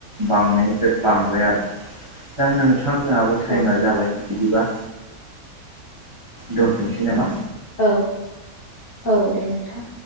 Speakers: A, on the right; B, on the left.
A: बां बांय आरो दा नोंथांजोंहाबो टाइमा
B: औ
A: जाबाय बिदिबा दोनथ'नोसै नामा?
B: औ औ दे नोंथां